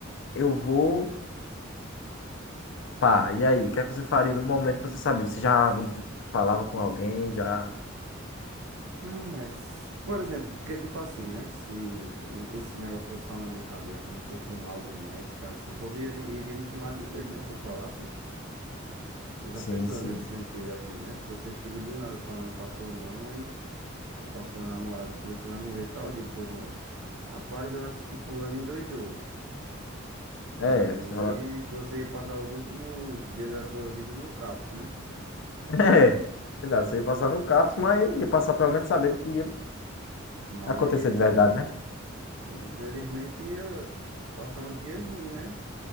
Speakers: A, on the left; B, on the right.
A: eu vou, pá, e aí, o que é que você faria no momento que você sabia? Você já falava com alguém, já,
B: Não é, se- por exemplo, porque tipo assim, né? Se esse negócio fosse só na minha cabeça, não fosse um laudo médico, assim, o povo ia- iria me chamar de doido, né? Se eu falasse. Você já
A: sim,
B: pensou
A: sim.
B: nesse sentido assim, né? Se você chega do nada falando pra sua mãe. Ou pra sua namorada que você vai morrer tal dia, o povo. Rapaz, eu acho que fulano endoidou. E
A: É,
B: aí
A: você fala...
B: você ia passar os últimos dias da sua vida no CAPS, né?
A: <laughs> é, verdade, você ia passar no CAPS, mas ia passar pelo menos sabendo que ia
B: Mas,
A: acontecer de verdade, né?
B: mas infelizmente ia passar uns dias ruins, né?